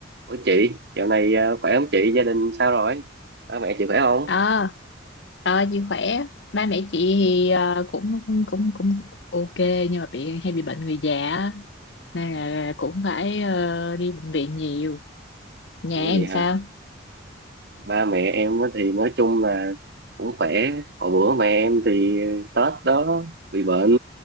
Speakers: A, on the right; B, on the left.
A: Ủa chị, dạo này à, khỏe không chị? Gia đình sao rồi? Ba mẹ chị khỏe không?
B: ờ ờ chị khỏe ba mẹ chị thì ờ, cũng cũng cũng cũng ok nhưng mà bị hay bị bệnh người già á. nên là cũng phải ờ, đi bệnh viện nhiều nhà
A: Ủa
B: em
A: vậy hả?
B: sao
A: Ba mẹ em á thì nói chung là cũng khỏe. Hồi bữa mẹ em thì ờ, Tết đó bị bệnh.